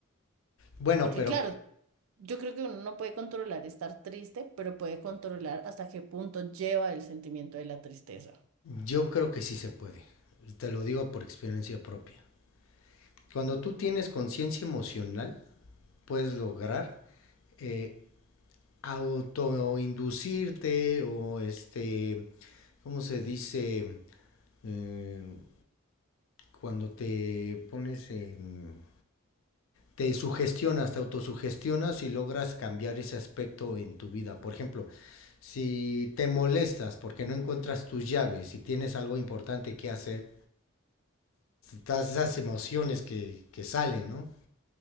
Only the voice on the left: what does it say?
Bueno,
pero
yo creo que sí se puede, y te lo digo por experiencia propia. Cuando tú tienes conciencia emocional, puedes lograr eh, autoinducirte o este, ¿cómo se dice? Eh, cuando te pones en te sugestionas, te autosugestionas y logras cambiar ese aspecto en tu vida. Por ejemplo, si te molestas porque no encuentras tus llaves y tienes algo importante que hacer, todas esas emociones que, que salen, ¿no?